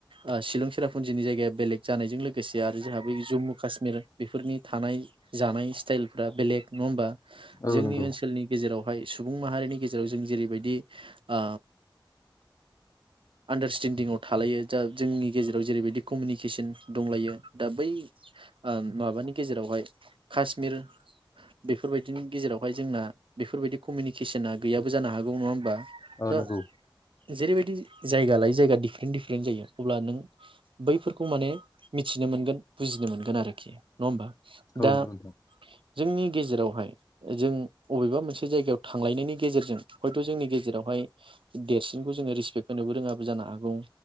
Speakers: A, on the right; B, on the left.
A: ओ शिलं सेराफुन्जिनि जायगाया बेलेग जानायजों लोगोसे आरो जोंहा बै जम्मु काश्मिर बेफोरनि थानाय जानाय स्थाइलफ्रा बेलेग नवा होमबा जोंनि
B: औ नंगौ
A: ओनसोलनि गेजेराव हाय सुबुं माहारिनि गेजेराव जों जेरैबायदि आ आन्डारस्टेनडिंआव थालायो जा जोंनि गेजेराव जेरैबायदि कमिनिकेसन दंलायो दा बै ओम माबानि गेजेरावहाय काशमिर बेफोरबाय दिनि गेजेरावहाय जोंना बेफोरबायदि कमिनिकेसना गैयाबो जानो हागौ नुवा होमबा
B: ओ
A: दा
B: नंगौ
A: जेरैबायदि जायगा लायै जायगा डिफ्रेन्ट डिफ्रेन्ट जायो अब्ला नों बैफोरखौ माने मिथिनो मोनगोन बुजिनो मोनगोन आरोखि नवा होमबा
B: औ
A: दा
B: नंगौ नोंथां
A: जोंनि गे जेरावहाय जों अबेबा मोनसे जायगायाव थांलायनायनि गेजेरजों हयथ' जोंनि गेजेरावहाय देरसिनखौ जोङो रिसपेक्ट होनोबो रोङाबो जानो हागौ।